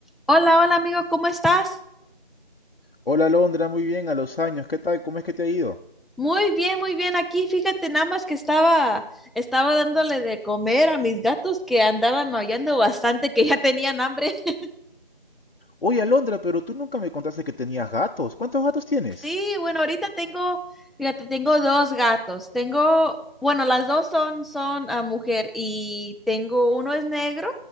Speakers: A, in the centre; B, on the left.
A: Hola, hola amigo, ¿cómo estás?
B: Hola Alondra, muy bien, a los años, ¿qué tal? ¿Cómo es que te ha ido?
A: Muy bien, muy bien. Aquí, fíjate, nada más que estaba, estaba dándole de comer a mis gatos que andaban maullando bastante, que ya tenían hambre. <laughs>
B: Oye Alondra, pero tú nunca me contaste que tenías gatos. ¿Cuántos gatos tienes?
A: Sí, bueno, ahorita tengo, fíjate, tengo dos gatos. Tengo, bueno, las dos son, son ah, mujer y tengo uno es negro